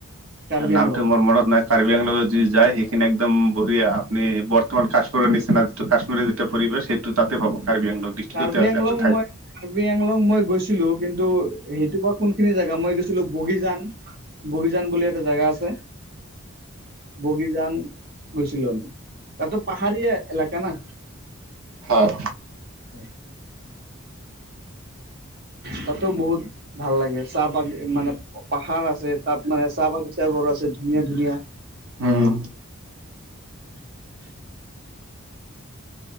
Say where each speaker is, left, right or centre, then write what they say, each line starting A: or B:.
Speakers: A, on the right; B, on the right.
A: কাৰ্বি
B: নামটো
A: আংলং
B: মোৰ মনত নাই কাৰ্বি আংলত যদি যায় সেই কিনে একদম বঢ়িয়া। আপনি বৰ্তমান কাশ্মীৰৰ নিচিনা যিটো কাশ্মীৰৰ যিটো পৰিৱেচ সেইটো তাতে পাব। কাৰ্বি আংলং ডিষ্ট্ৰিক্টতে
A: কাৰ্বি
B: আছে
A: আংলং
B: এটা ঠাইত।
A: মই কাৰ্বি আংলং মই গৈছিলো, কিন্তু সেইটোৰ বা কোনখিনি জেগা? মই গৈছিলো বগীজান, বগীজান বুলি এটা জেগা আছে। বগীজান গৈছিলোঁ আমি। তাটো পাহাৰীয়া এলেকা না।
B: হয়
A: উম তাতো বহুত ভাল লাগে, চাহ-বাগ মানে পাহাৰ আছে। তাত মানে, চাহ বাগিচা বোৰ আছে ধুনীয়া- ধুনীয়া।
B: উম
A: <inaudible>